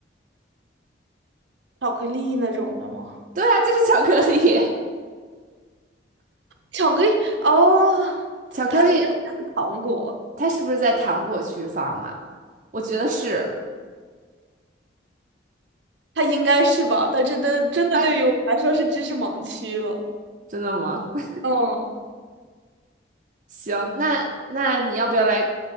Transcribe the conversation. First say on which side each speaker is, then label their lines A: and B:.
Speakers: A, on the right; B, on the right.
A: 巧克力那种的吗？
B: 对啊，就是巧克力。<laughs>
A: 巧克力哦，
B: 巧克力
A: 它它这个是糖果，
B: 他是不是在糖果区放嘛？我觉得是。
A: 它应该是吧？但真的真的对于我来说是知识盲区了。
B: 哎，真的吗？<laughs>
A: 嗯，
B: 行，那那你要不要来